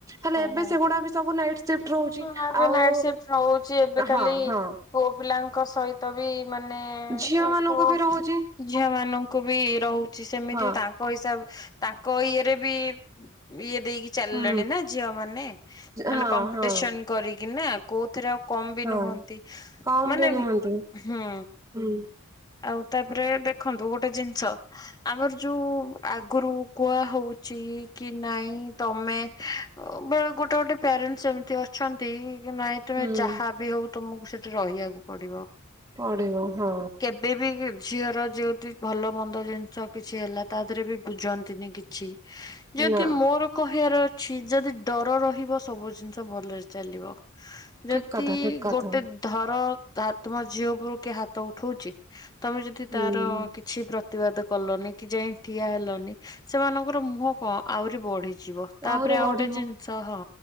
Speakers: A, on the right; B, on the left.
A: ହେଲେ ଏବେ
B: ହଁ
A: ସେଗୁଡା ବି ସବୁ ନାଇଡ୍‌ ସିଫ୍ଟ। ରହୁଛି
B: ହଁ ଆବେ
A: ଆଉ
B: ନାଇଟ ସିଫ୍ଟ ରହୁଚି ଏବେ କାଲି
A: ହଁ ହଁ
B: ପୁଅ ପିଲାଙ୍କ ସହିତ ବି ମାନେ ଅ
A: ଝିଅ ମାନଙ୍କୁ
B: ପୁଅ
A: ବି ରହୁଛି
B: ଝିଅ ମାନଙ୍କୁ ବି ରହୁଚି ସେମିତି
A: ହଁ
B: ତାଙ୍କ୍ ପଇସା ତାଙ୍କ ଇଏରେ ବି ଇଏ ଦେଇକି ଚାଲ୍‌ଲେଣି
A: ହୁଁ
B: ନା ଝିଅ ମାନେ ମାନେ
A: ହଁ
B: କମ୍ପିଟିସନ
A: ହଁ
B: କରିକି ନା କୋଉଥିରେ ଆଉ କମ୍ ବି
A: ହଁ
B: ନୁହନ୍ତି
A: କମ
B: ମାନେ
A: ବି ନୁହନ୍ତି
B: ଉ ହୁଁ।
A: ହୁଁ
B: ଆଉ ତାପରେ ଦେଖନ୍ତୁ ଗୋଟେ ଜିନ୍ ଷ ଆମର ଯୋଉ ଆଗୁରୁ କୁଆ ହଉଚି କି ନାଇଁ ତମେ ଅ ବେଳେ ଗୋଟେ ଗୋଟେ ପ୍ୟାରେଣ୍ଟସ୍‌ ସେମି ତି ଅଛନ୍ତି କି ନାଇଁ ତୁମେ
A: ହୁଁ
B: ଯାହା ବି ହଉ ତୁମୁକୁ ସେଠି ରହିଆକୁ ପଡିବ।
A: ପଢିବ ହଁ।
B: ଏବେ ବି ଝିଅର ଯେ ଭଲ ମନ୍ଦ ଜିନିଷ କିଛି ହେଲା ତା ଦେହରେ ବି ବୁଝନ୍ତିନି କିଛି। ଁ ଯଦି
A: ନା
B: ମୋର କହିବାର ଅଛି ଯଦି ଡର ରହିବ ସବୁ ଜିନିଷ ଭଲରେ ଚାଲିବ।
A: ଠିକ
B: ଯଦି
A: କଥା ଠିକ କଥା
B: ଗୋଟେ ଧର ତମ ଝିଅ ଉପରୁ କିଏ ହାତ ଉଠଉଛି ତମେ ଯଦି ତାର
A: ହୁଁ
B: କିଛି ପ୍ର ତିବାଦ କଲନି କି ଯାଇ ଠିଆ ହେଲନି ସେମାନଙ୍କର ମୁହଁ କ ଆହୁରି ବଢିଯିବ। ତାପରେ
A: ଆହୁରି
B: ଆଉ
A: ବଢିବ
B: ଗୋଟେ ଜିନିଷ ହଁ